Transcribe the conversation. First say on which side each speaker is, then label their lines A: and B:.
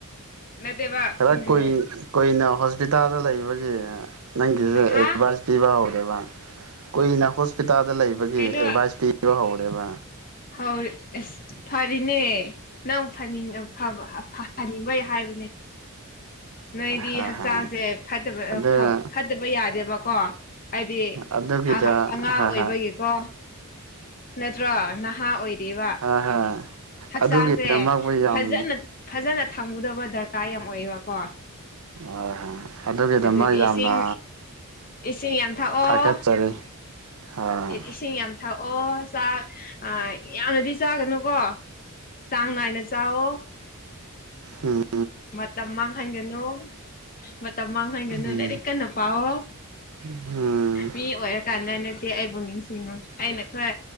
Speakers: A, on the left; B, on the right.
A: ꯅꯠꯇꯦꯕ
B: ꯈꯔ
A: ꯎꯝ
B: ꯀꯨꯏ ꯀꯨꯏꯅ ꯍꯣꯁꯄꯤꯇꯥꯜꯗ ꯂꯩꯕꯒꯤ ꯅꯪꯒꯤꯌꯦ
A: ꯍꯥ
B: ꯑꯦꯚꯥꯏꯁ ꯄꯤꯕ ꯍꯧꯔꯕ ꯀꯨꯏꯅ ꯍꯣꯁꯄꯤꯇꯥꯜꯗ ꯂꯩꯕꯒꯤ
A: ꯀꯩꯅꯣ
B: ꯑꯦꯚꯥꯏꯁ ꯄꯤ <unintelligible> ꯍꯧꯔꯦꯕ
A: ꯍꯧꯔꯤ ꯑꯁ ꯐꯔꯤꯅꯦ ꯅꯪ ꯐꯅꯤꯡ ꯑꯐꯕ ꯑꯐꯥ ꯐꯅꯤꯡꯕꯩ ꯍꯥꯏꯕꯅꯦ ꯅꯣꯏꯗꯤ
B: ꯍꯥ
A: ꯍꯛꯆꯥꯡꯁꯦ
B: ꯍꯥ
A: ꯐꯠꯇꯕ
B: ꯑꯗꯨ
A: ꯐꯕ ꯐꯠ ꯇꯕ ꯌꯥꯗꯦꯕꯀꯣ ꯍꯥꯏꯗꯤ
B: ꯑꯗꯨꯒꯤꯗ
A: ꯑꯍꯥ ꯑꯉꯥꯡ
B: ꯍꯥ
A: ꯑꯣꯏꯕꯒꯤ
B: ꯍꯥ
A: ꯀꯣ ꯅꯠꯇ꯭ꯔꯣ ꯅꯥ ꯍꯥ ꯑꯣꯏꯔꯤꯕ
B: ꯍꯥ ꯍꯥ
A: ꯍꯛꯆꯥꯡꯁꯦ
B: ꯑꯗꯨꯒꯤꯗꯃꯛꯄꯨ ꯌꯥꯝ
A: ꯐꯖꯅ ꯐꯖꯅ ꯊꯝꯃꯨꯗꯕ ꯗꯔꯀꯥꯔ ꯌꯥꯝ ꯑꯣꯏꯌꯦꯕꯀꯣ
B: ꯑꯣꯏ ꯍꯥ ꯑꯗꯨꯒꯤꯗꯃꯛ
A: ꯑꯗꯨꯒꯤ
B: ꯌꯥꯝꯅ
A: ꯏꯁꯤꯡ ꯏꯁꯤꯡ ꯌꯥꯝ ꯊꯛꯑꯣ
B: ꯊꯥꯒꯠꯆꯔꯤ ꯎꯝ
A: ꯏꯁꯤꯡ ꯌꯥꯝ ꯊꯛꯑꯣ ꯆꯥꯛ ꯑꯥ ꯌꯥꯝꯅꯗꯤ ꯆꯥꯒꯅꯨꯀꯣ ꯆꯥꯡ ꯅꯥꯏꯅ ꯆꯥꯎꯑꯣ
B: ꯎꯝ
A: ꯃꯇꯝ ꯃꯥꯡꯍꯟꯒꯅꯨ ꯃꯇꯝ ꯃꯥꯡꯍꯟꯒꯅꯨ
B: ꯎꯝ
A: ꯂꯥꯏꯔꯤꯛ ꯀꯟꯅ ꯄꯥꯎꯑꯣ
B: ꯎꯝ
A: ꯃꯤ ꯑꯣꯏꯔꯀꯥꯟꯗ ꯅꯆꯦ ꯑꯩꯕꯨ ꯅꯤꯡꯁꯤꯡꯉꯨ ꯑꯩꯅ ꯈꯔ